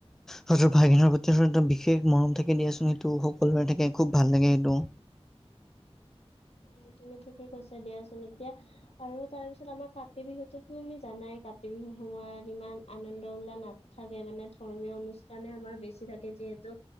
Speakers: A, in the centre; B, on the left (about 70°).
A: সঁতৰ ভাগিনৰ প্ৰতিটা বিশেষ মৰম থাকে দিয়াচোন সেইটো সকলোৰে থাকে খুব ভাল লাগে সেইটো
B: অ তুমি ঠিকে কৈছা দিয়াচোন এতিয়া আৰু তাৰ পিছত আমাৰ কাতি বিহুতো তুমি জানাই কাতি বিহু সময়ত ইমান আনন্দ উল্লাহ নাথাকে মানে ধৰ্মীয় অনুষ্ঠানে আমাৰ বেছি থাকে যিহেতু